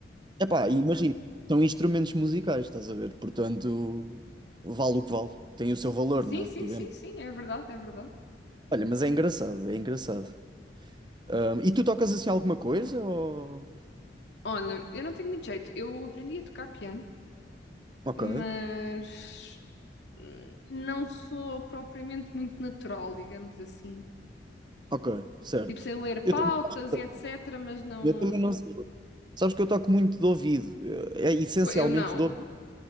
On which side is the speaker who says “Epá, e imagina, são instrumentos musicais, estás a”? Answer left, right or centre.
Right